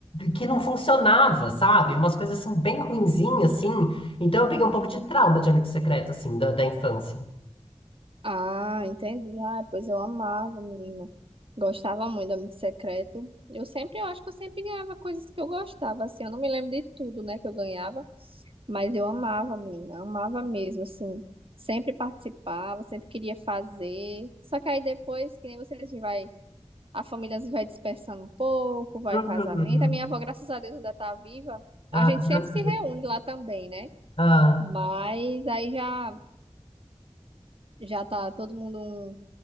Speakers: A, on the left; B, on the right.
A: que não funcionava, sabe? Umas coisas assim bem ruinzinha assim. Então eu peguei um pouco de trauma de amigo secreto assim da, da infância.
B: Ah, entendi. Ah, pois eu amava, menina. Gostava muito do Amigo Secreto. Eu sempre, eu acho que eu sempre ganhava coisas que eu gostava, assim, eu não me lembro de tudo, né, que eu ganhava. Mas eu amava, menina, amava mesmo, assim. Sempre participava, sempre queria fazer. Só que aí depois, que nem vocês vai, a família às vezes vai dispersando um pouco, vai
A: Uhum.
B: casamento. A minha avó, graças a Deus, ainda está viva. A
A: Ah,
B: gente
A: graças
B: sempre se
A: a Deus.
B: reúne lá também, né?
A: Ah,
B: Mas aí já já tá todo mundo um